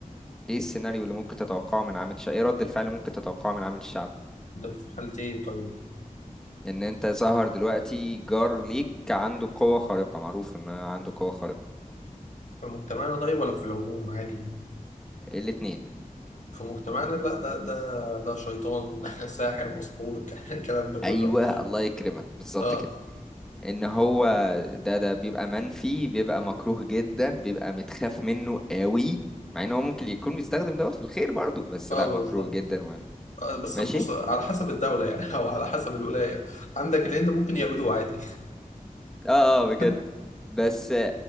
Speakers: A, in the centre; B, on the left (about 60°).
A: ايه السيناريو اللي ممكن تتوقعه من عامة الشعب ايه رد الفعل اللي ممكن تتوقعه من عامة الشعب
B: ده في حالة ايه طيب
A: ان انت ظهر دلوقتي جار ليك عنده قوة خارقة معروف ان هو عنده قوة خارقة
B: في مجتمعنا طيب ولا في العموم عادي
A: الاتنين
B: في مجتمعنا لا ده ده ده شيطان <laughs> ساحر مسحور <laughs> الكلام ده كله
A: ايوه الله يكرمك بالظبط
B: اه
A: كده ان هو ده ده بيبقى منفي بيبقى مكروه جدا بيبقى متخاف منه قوي مع ان هو ممكن يكون بيستخدم دوت في الخير برضو بس
B: اه
A: لا مكروه
B: بالظبط
A: جدا و...
B: آه بس
A: ماشي
B: بص على حسب الدولة يعني <laughs> او على حسب الولاية عندك الهند ممكن يعملوه عادي
A: اه آه، بجد
B: <laughs>
A: بس